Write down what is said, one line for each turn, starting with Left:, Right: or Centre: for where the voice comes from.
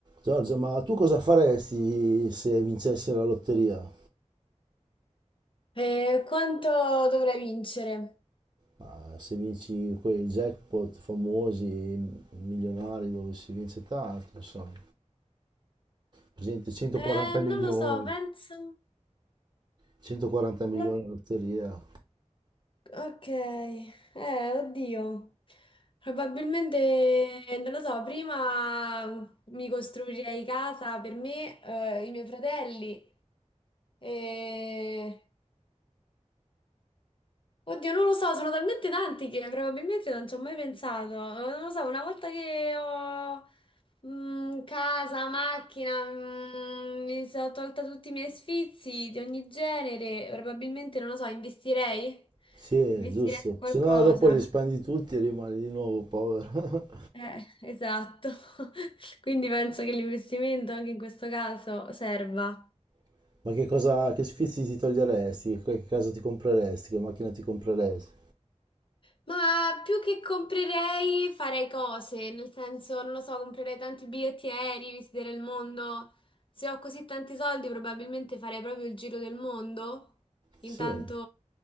Right: Giorgia, ma tu cosa faresti se vincessi la lotteria?
Left: Eh, quanto dovrei vincere?
Right: Ma se vinci quei jackpot famosi, milionari, dove si vince tanto, insomma. Per esempio 140
Left: Eh,
Right: milioni,
Left: non lo so, penso...
Right: 140 milioni
Left: No-
Right: la lotteria.
Left: Ok, eh, oddio. Probabilmente, non lo so, prima mi costruirei casa per me, eh, i miei fratelli. E... Oddio, non lo so, sono talmente tanti che probabilmente non ci ho mai pensato. Eh, Non lo so, una volta che ho Mm, casa, macchina, mm, mi sono tolta tutti i miei sfizi di ogni genere. Probabilmente, non lo so, investirei?
Right: Sì,
Left: Investirei
Right: giusto.
Left: su qualcosa.
Right: Se no dopo li spendi tutti e rimani di nuovo povero.
Left: Eh, esatto. <laughs> Quindi penso che l'investimento anche in questo caso serva.
Right: <laughs> Ma che cosa, che sfizi ti toglieresti? Che, che casa ti compreresti? Che macchina ti compreresti?
Left: Ma più che comprerei, farei cose, nel senso, non lo so, comprerei tanti biglietti aerei, visiterei il mondo. Se ho così tanti soldi, probabilmente farei proprio il giro del mondo. Intanto
Right: Sì.